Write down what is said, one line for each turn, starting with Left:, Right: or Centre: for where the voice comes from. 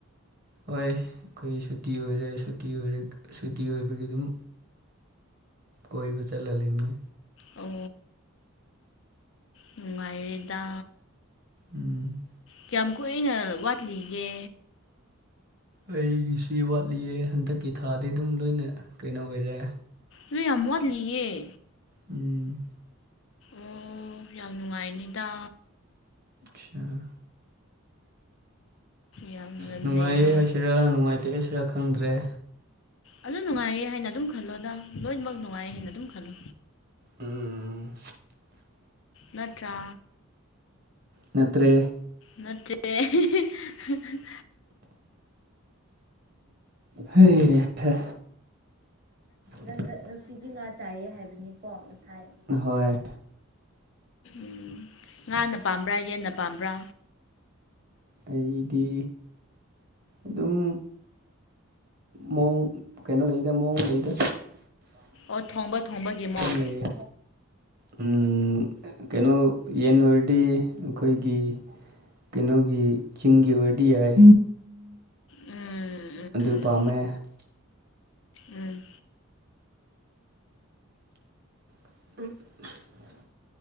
Right: ꯍꯣꯏ ꯑꯈꯣꯏ ꯁꯨꯇꯤ ꯑꯣꯏꯔꯦ ꯁꯨꯇꯤ ꯑꯣꯏꯔꯦ ꯁꯨꯇꯤ ꯑꯣꯏꯕꯒꯤ ꯑꯗꯨꯝ꯫ ꯀꯣꯏꯕ ꯆꯠꯂ ꯂꯩꯌꯦ
Left: ꯑꯣ ꯅꯨꯡꯉꯥꯏꯔꯦꯗ꯫
Right: ꯎꯝ꯫
Left: ꯀꯌꯥꯝ ꯀꯨꯏꯅ ꯋꯥꯠꯂꯤꯒꯦ꯫
Right: ꯑꯩꯒꯤꯁꯤ ꯋꯥꯠꯂꯤꯌꯦ ꯍꯟꯗꯛꯀꯤ ꯊꯥꯗꯤ ꯑꯗꯨꯝ ꯂꯣꯏꯅ ꯀꯩꯅꯣ ꯑꯣꯏꯔꯦ꯫
Left: ꯅꫭꯏ ꯌꯥꯝ ꯌꯥꯠꯂꯤꯌ‌ꯦ꯫
Right: ꯎꯝ꯫
Left: ꯑꯣ ꯌꯥꯝ ꯅꯨꯡꯉꯥꯏꯅꯤꯗ꯫
Right: ꯈꯤꯌꯥ꯫ <unintelligible>
Left: ꯌꯥꯝꯅ
Right: ꯅꯨꯡꯉꯥꯏꯌꯦ
Left: ꯂꯩꯕ
Right: ꯍꯥꯏꯁꯤꯔꯥ ꯅꯨꯡꯉꯥꯏꯇꯦ ꯍꯥꯏꯁꯤꯔꯥ ꯈꯪꯗ‌ꯦ꯫
Left: ꯑꯗꯨ ꯅꯨꯡꯉꯥꯏꯌꯦ ꯍꯥꯏꯅ ꯑꯗꯨꯝ ꯈꯜꯂꯣꯗ ꯂꯣꯏꯅꯃꯛ ꯅꯨꯡꯉꯥꯏꯌꯦ ꯍꯥꯏꯅ ꯑꯗꯨꯝ ꯈꯜꯂꯣ꯫
Right: ꯎꯝ꯫
Left: ꯅꯠꯇ꯭ꯔꯥ
Right: ꯅꯠꯇ꯭ꯔꯦ
Left: ꯅꯠꯇ‌ꯦ꯫ ꯫ <unintelligible>
Right: ꯍꯩ ꯍꯥ꯫ ꯅꯪ ꯉꯁꯤꯗꯤ ꯉꯥ ꯆꯥꯏꯌꯦ ꯍꯥꯏꯕꯅꯤꯀꯣ ꯉꯁꯥꯏ ꯍꫭꯏ꯫
Left: ꯎꯝ ꯉꯥꯅ ꯄꯥꯝꯕ꯭ꯔꯥ ꯌꯦꯟꯅ ꯄꯥꯝꯕ꯭ꯔꯥ꯫
Right: ꯑꯩꯗꯤ ꯑꯗꯨꯝ꯫ ꯃꯑꯣꯡ ꯀꯩꯅꯣ ꯂꯩꯗ ꯃꯑꯣꯡ ꯂꯩꯗ꯫
Left: ꯑꯣ ꯊꯣꯡꯕ ꯊꯣꯡꯕꯒꯤꯃꯣꯡ꯫
Right: ꯃꯇꯝ ꯂꯩꯌꯦ ꯎꯝ ꯀꯩꯅꯣ ꯌꯦꯟ ꯑꯣꯏꯔꯗꯤ꯫ ꯑꯩꯈꯣꯏꯒꯤ ꯀꯩꯅꯣꯒꯤ ꯆꯤꯡꯒꯤ ꯑꯣꯏꯔꯗꯤ ꯌꯥꯏ
Left: ꯎꯝ
Right: ꯑꯗꯨ
Left: ꯎꯝ ꯎꯝ
Right: ꯄꯥꯝꯃꯦ
Left: ꯎꯝ
Right: <inaudible>